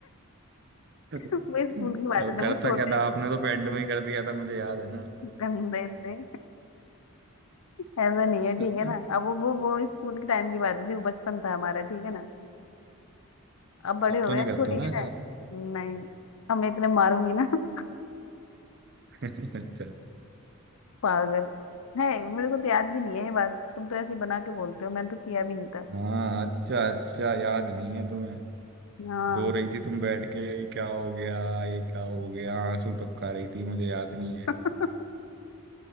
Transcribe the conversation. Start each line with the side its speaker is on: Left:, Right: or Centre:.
Right: <laughs>
Left: वो स्कूल की बातें
Right: अब
Left: थे
Right: करता
Left: वो छोटे
Right: क्या था आपने तो पैंट में ही कर दिया था मुझे याद है ना
Left: गंदे थे ऐसा नहीं है ठीक
Right: अब
Left: है ना अब वो वो वो स्कूल के टाइम की बातें थी वो बचपन था हमारा ठीक है ना अब बड़े हो
Right: तो
Left: गए
Right: नहीं
Left: अब
Right: करते
Left: थोड़ी
Right: हो ना ऐसा
Left: है
Right: आप
Left: नहीं हम इतने मारूंगी ना <laughs>
Right: <laughs> अच्छा
Left: पागल है मेरे को तो याद भी नहीं है ये बात तुम तो ऐसी बना के बोलते हो मैंने तो किया भी नहीं था
Right: हाँ अच्छा अच्छा याद नहीं है तुम्हें
Left: हाँ
Right: रो रही थी तुम बैठ के "ये क्या हो गया ये क्या हो गया आंसू टपका रही थी मुझे याद नहीं है
Left: <laughs>